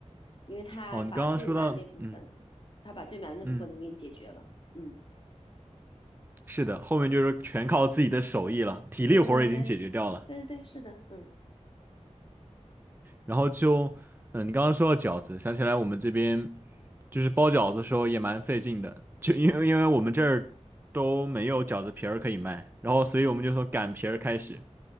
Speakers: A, on the left (about 45°); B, on the right (about 15°).
A: 因为它把最难那部分，
B: 哦，你刚刚说到，嗯
A: 它把最难的部分都给你解决了。
B: 嗯，
A: 嗯，
B: 是的，后面就是全靠自己的手艺了，体力活儿已经解决掉了。
A: 对对对，对对对，是的，嗯。
B: 然后就，嗯，你刚刚说到饺子，想起来我们这边就是包饺子的时候也蛮费劲的，就因为因为我们这儿都没有饺子皮儿可以卖，然后所以我们就从擀皮儿开始。